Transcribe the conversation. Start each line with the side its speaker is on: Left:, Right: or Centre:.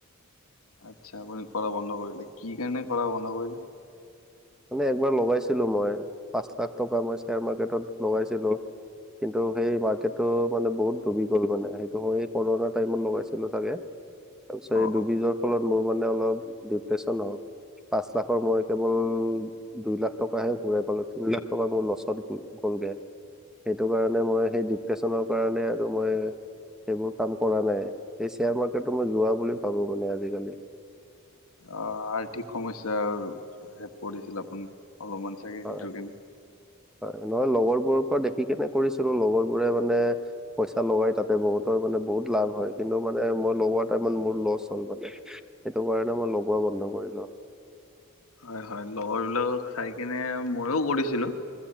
Left: আচ্ছা, আপুনি কৰা বন্ধ কৰিলে, কি কাৰণে কৰা বন্ধ কৰিলে?
Centre: মানে একবাৰ লগাইছিলোঁ মই, পাঁচ লাখ টকা মই শ্বেয়াৰ মাৰ্কেটত লগাইছিলোঁ কিন্তু সেই মাৰ্কেটটো মানে বহুত ডুবি গ'ল মানে, সেইটো মই এই কৰণাৰ টাইমত লগাইছিলোঁ চাগে। তাৰপিছত এই
Left: অ
Centre: ডুবি
Left: অ
Centre: যোৱাৰ ফলত মোৰ মানে অলপ ডিপ্ৰেছন হ'ল। পাঁচ লাখৰ মই কেৱল দুই লাখ টকাহে ঘূৰাই পালোঁ, তিনি লাখ টকা মোৰ লছত গ'ল-গ'লগে। সেইটো কাৰণে মই, সেই ডিপ্ৰেছনৰ কাৰণে আৰু মই সেইবোৰ কাম কৰা নাই। এই শ্বেয়াৰ মাৰ্কেটটো মই জুৱা বুলি ভাবোঁ মানে আজিকালি।
Left: অ' আৰ্থিক সমস্যাৰ সেইত পৰিছিল আপুনি, অলপমান চাগে
Centre: হয়
Left: সেইটোৰ কাৰণে।
Centre: হয়। নহয়, লগৰবোৰৰ পৰা দেখি কেনে কৰিছিলো। লগৰবোৰে মানে পইচা লগাই তাতে। বহুতৰ মানে বহুত লাভ হয়, কিন্তু মানে মই লগোৱা টাইমত মোৰ লছ হ'ল মানে। সেইটো কাৰণে মই লগোৱা বন্ধ কৰিলো।
Left: হয়। হয়। লগৰবিলাকক চাই কেনে ময়ো কৰিছিলো।